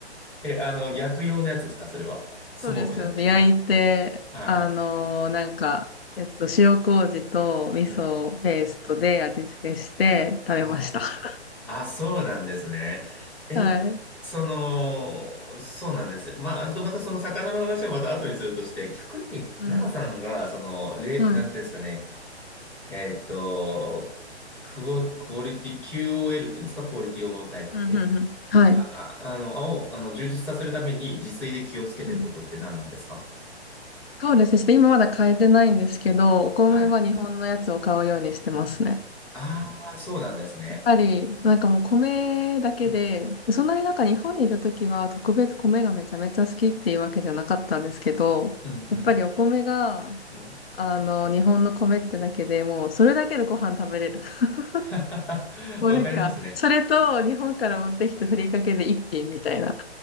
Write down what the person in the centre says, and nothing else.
え、あの、薬用のやつですかそれは。スモークじゃなくて。
あ、はい。
うん。はい。
あ、そうなんですね。え、
その、そうなんですよ。まあ、ちょっとまたその魚の話はまた後にするとして、逆に、
奈々さんが、その、れ、
なんていうんですかね、えっと、クオ、クオリティ、QOL って言うんですか、クオリティオブライフって。
あ、ああの、を、あの、充実させるために自炊で気をつけてることって何なんですか
はい。ああ、そうなんですね。
うん、
うん、うん、
うん。
<laughs>
わかりますね。